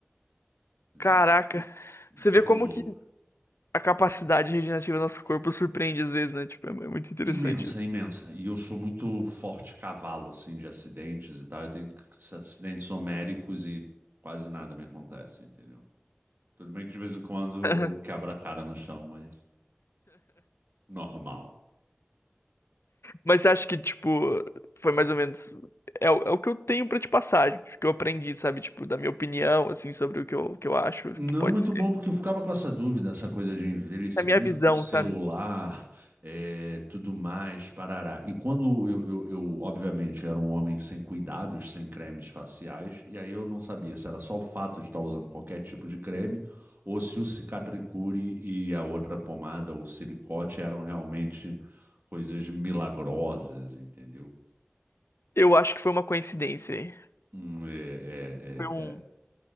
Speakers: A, on the right (about 55°); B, on the left (about 80°).
A: Entendeu?
B: caraca. Você
A: Tudo
B: vê como
A: louco.
B: que a capacidade regenerativa do nosso corpo surpreende às vezes, né? Tipo, é é muito interessante
A: Imensa,
B: isso.
A: imensa. E eu sou muito forte cavalo, assim, de acidentes e tal. Eu tenho acidentes homéricos e quase nada me acontece, entendeu? Tudo bem que de vez em quando
B: <laughs>
A: eu quebro a cara no chão, mas normal.
B: Mas acho que, tipo, foi mais ou menos. É, o- é o que eu tenho pra te passar, o que eu aprendi, sabe? Tipo, da minha opinião, assim, sobre o que eu, que eu acho
A: Não,
B: que pode
A: muito
B: ser.
A: bom, porque eu ficava com essa dúvida, essa coisa de envelhecimento
B: Da minha visão,
A: celular,
B: sabe?
A: é, tudo mais, parará. E quando eu, eu, eu, obviamente, era um homem sem cuidados, sem cremes faciais, e aí eu não sabia se era só o fato de estar usando qualquer tipo de creme, ou se o Cicatricure e a outra pomada, ou silicote, eram realmente coisas milagrosas, entendeu?
B: Eu acho que foi uma coincidência aí.
A: Hum, é, é,
B: Foi um.
A: é,